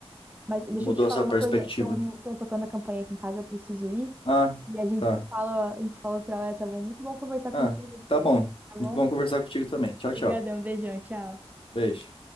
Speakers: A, on the right (about 15°); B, on the left (about 55°).
A: Mas deixa
B: Mudou
A: eu te falar
B: essa
A: uma
B: perspectiva.
A: coisa, estão tocando a campainha aqui em casa, eu preciso ir.
B: Ah,
A: E a gente
B: tá.
A: se fala, a gente se fala outra hora, tá bom? Muito bom conversar
B: Ah,
A: contigo,
B: tá bom.
A: tá
B: Muito
A: bom?
B: bom conversar contigo também. Tchau,
A: Obrigadão,
B: tchau.
A: beijão, tchau.
B: Beijo.